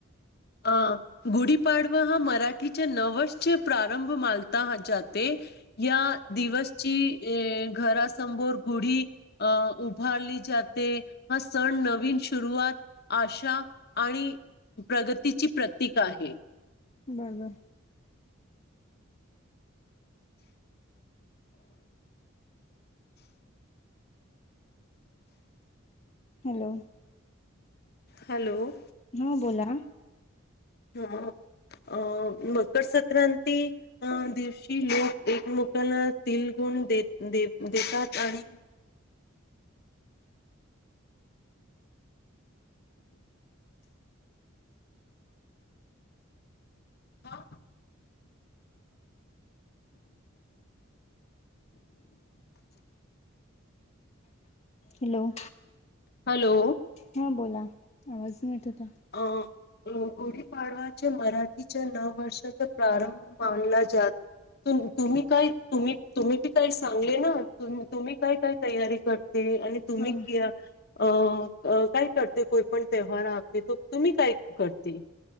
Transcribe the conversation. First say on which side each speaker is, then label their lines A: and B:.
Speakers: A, on the left; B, on the left.
A: ह गुढीपाडवा हा मराठीच्या नवसचे प्रारंभ मालता जाते या दिवसची अ घरासमोर गुढी अ उभारली जाते हा सण नवीन सुरुवात आशा आणि प्रगतीची प्रतीक आहे
B: बरं बर हॅलो
A: हॅलो
B: हा बोला
A: ह अ मकर संक्रांती अ दिवशी लोक एकमेकाला तिल गुण देतात आणि हा हा
B: हॅलो
A: हॅलो
B: हा बोला आवाज न येत होता
A: अं <unintelligible> गुढीपाडवाच्या मराठीच्या नववर्षाचा प्रारंभ मानला जात <unintelligible> तुम्ही काय तुम्ही तुम्हीी काही सांगले ना तुम्ही काय काय तयारी कर <unintelligible> ते आणि तुम्ही
B: हा
A: कि अ काय करते कोयपण तेवहार <unintelligible> ते तो तुम्ही काय करते <unintelligible>